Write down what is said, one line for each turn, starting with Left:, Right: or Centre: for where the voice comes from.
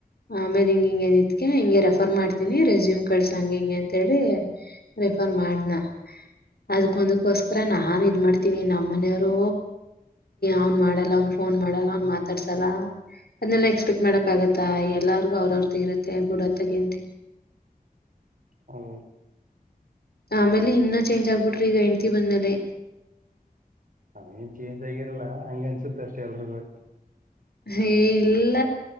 Left: ಆಮೇಲೆ ಹಿಂಗ ಹಿಂಗ ಹಿಂಗೆ ರೆಫರ್ ಮಾಡ್ತೀನಿ ರೆಸ್ಯೂಮ್ ಕಳ್ಸಂಗ ಹಿಂಗೆ ಅಂತ ಹೇಳಿ ರೆಫರ್ ಮಾಡನ ಅದ್ಕ್ಕೊಂದಕ್ಕೋಸ್ಕರ ನಾನ್ ಇದ್ ಮಾಡ್ತೀನಿ ನಮ್ಮ ಮನೆಯವರು ಅವ್ನ್ ಮಾಡಲ್ಲ ಅವ್ನ್ ಫೋನ್ ಮಾಡಲ್ಲ ಅವನ್ ಮಾತಾಡ್ಸಲ್ಲ ಅದನ್ನೆಲ್ಲಾ ಎಕ್ಸ್ಪೆಕ್ಟ್ ಮಾಡಕ್ ಆಗತ್ತಾ ಎಲ್ಲಾರ್ಗು ಅವ್ರ ಅವ್ರ್ದು ಇರುತ್ತೆ ಬುಡತ್ತಗೇಂತ
Right: ಹೌ
Left: ಆಮೇಲೆ ಇನ್ನ ಚೇಂಜ್ ಆಗ್ಬಿಟ್ರಿ ಈಗ ಹೆಂಡ್ತಿ ಬಂದ್ಮೇಲೆ
Right: ಅವೇನ್ ಚೇಂಜ್ ಆಗಿರಲ್ಲ ಹಂಗ ಅನ್ಸುತ್ತ ಅಷ್ಟೆ ಎಲ್ರಿಗೂ
Left: ಹೇ ಇಲ್ಲ